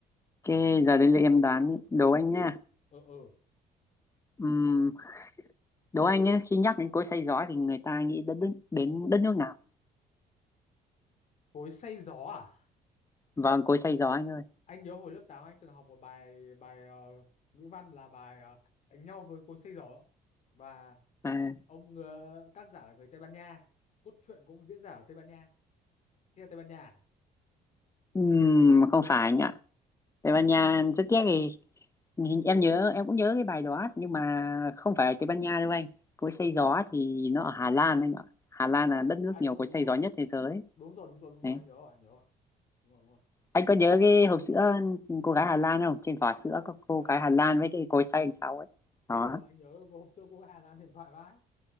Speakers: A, on the left (about 20°); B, on the left (about 50°).
A: Cái giờ đây là em đoán đố anh nha.
B: ừ ừ.
A: Ừm, đố anh nhé, khi nhắc đến cối xay gió thì người ta nghĩ đến, đến, đến đất nước nào?
B: Cối xay gió à?
A: Vâng, cối xay gió anh ơi.
B: anh nhớ hồi lớp 8 anh từng học một bài bài ờ, ngữ văn là bài ờ, đánh nhau với cối xây giỏ và
A: À,
B: ông ờ, tác giả là người Tây Ban Nha cốt truyện cũng diễn ra ở Tây Ban Nha thế là Tây Ban Nha
A: ừm, không phải anh ạ. Tây Ban Nha rất tiếc thì Nhìn- em nhớ em cũng nhớ cái bài đó nhưng mà không phải ở Tây Ban Nha đâu anh cối xay gió thì nó ở Hà Lan anh ạ Hà Lan
B: à,
A: là đất
B: à,
A: nước
B: à đúng
A: nhiều
B: rồi
A: cối
B: đúng
A: xay
B: rồi
A: gió nhất thế giới
B: đúng rồi đúng rồi đúng
A: đấy
B: rồi anh nhớ rồi anh nhớ rồi đúng rồi đúng rồi
A: anh có nhớ cái hộp sữa cô gái Hà Lan không trên vỏ
B: Đó.
A: sữa có cô
B: nhớ
A: gái
B: rồi
A: Hà Lan
B: nhớ rồi
A: với cái cối xay đằng sau ấy
B: ừ,
A: đó
B: ừ anh nhớ cô hôm xưa cô Hà Lan điện thoại vãi